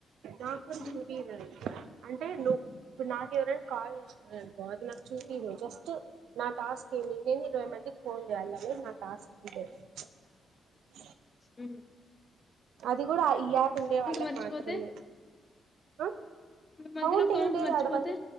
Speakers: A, on the right; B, on the left.
A: దా కూడాడు
B: ఉమ్.
A: చూడద <unintelligible> అంటే నువు ఇప్పుడు నాకు ఎవరైనా కాల్ చేసినారనుకో అది నాకు చూపిదు జస్ట్ నా టాస్క్ ఏమి నేను ఇరవై మందికి ఫోన్ చేయాలే అనేదే నాకు స్ <unintelligible>
B: ఉ
A: అది కూడా ఈ యాప్ ఉండే వాళ్ళకు
B: మర్చిపోతే
A: మాత్రమే ఆ
B: నువ్వు మధ్యలో
A: కౌంట్ ఏం లేదు
B: మర్చిపోతే
A: అడ వాళ్ళు